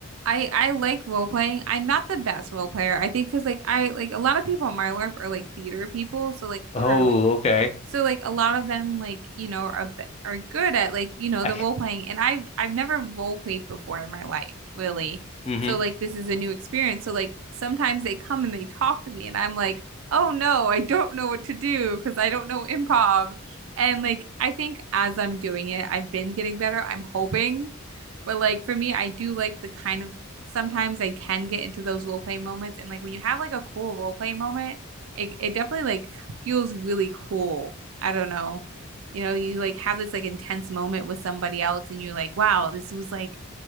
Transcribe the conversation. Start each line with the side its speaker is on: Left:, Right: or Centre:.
Right: I I like role playing. I'm not the best role player. I think because like I like a lot of people on my LARP are like theater people, so like
Left: Oh,
Right: or like,
Left: okay.
Right: so like a lot of them like, you know, are are good at like, you know,
Left: I,
Right: the role playing and I've I've never role played before in my life, really.
Left: mm-hmm.
Right: So like this is a new experience. So like sometimes they come and they talk to me and I'm like, "Oh no, I don't know what to do because I don't know improv." And like I think as I'm doing it, I've been getting better. I'm hoping. But like for me, I do like the kind of sometimes I can get into those role play moments and like when you have like a cool role play moment, it it definitely like feels really cool. I don't know. You know, you like have this like intense moment with somebody else and you're like, wow, this was like